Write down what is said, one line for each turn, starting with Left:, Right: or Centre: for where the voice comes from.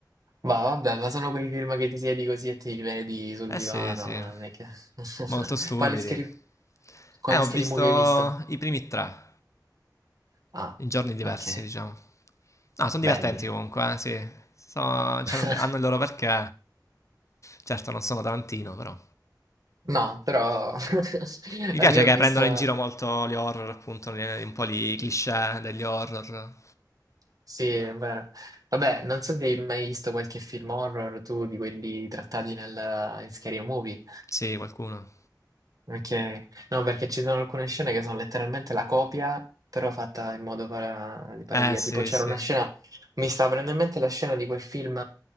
Right: Ma vabbè, ma sono quei film che ti siedi così e ti rivedi sul
Left: Eh
Right: divano,
Left: sì, sì.
Right: non è che... <laughs>
Left: Molto stupidi.
Right: Quale scary... Quale
Left: Eh, ho
Right: scary
Left: visto
Right: movie hai visto?
Left: i primi tre.
Right: Ah,
Left: in giorni diversi,
Right: ok,
Left: diciamo. No, sono
Right: belli.
Left: divertenti comunque, eh, sì. So-
Right: <laughs>
Left: cioè, non- hanno il loro perché. Certo, non sono Tarantino, però.
Right: No, però <laughs>
Left: Mi piace
Right: io
Left: che
Right: ho visto.
Left: prendono in giro molto gli horror, appunto, li- un po' i cliché degli horror.
Right: Sì, è vero. Vabbè, non so se hai mai visto qualche film horror tu di quelli trattati nel, in Scary Movie.
Left: Sì, qualcuno.
Right: Ok, no, perché ci sono alcune scene che sono letteralmente la copia, però fatta in modo para- di parodia.
Left: Eh, sì,
Right: Tipo c'era
Left: sì.
Right: una scena, mi sta venendo in mente la scena di quel film,